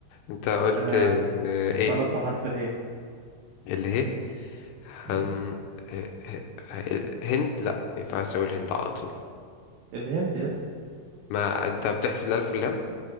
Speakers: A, on the left; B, on the right.
A: انت قلت
B: آه
A: آه، ايه
B: بلد بحرف اله
A: اللي هي
B: مم.
A: هن... آه، آه، آه، هند لا ما ينفعش اقول هند على طول
B: الهند يا اسطى
A: ما انت بتحسب الالف واللام